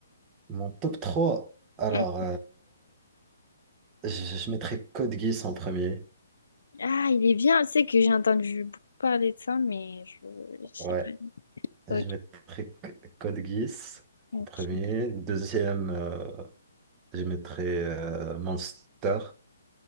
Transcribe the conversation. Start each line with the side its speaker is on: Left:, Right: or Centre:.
Right: mon top 3 alors.
Left: Hmm.
Right: Je, je mettrais Code Geass en premier.
Left: Ah, il est bien. Tu sais que j'ai entendu beaucoup parler de ça, mais je, je sais
Right: Ouais,
Left: pas.
Right: je
Left: Ok.
Right: mettrais C- Code Geass
Left: ok.
Right: en premier. Deuxième, euh, je mettrais euh, Monster.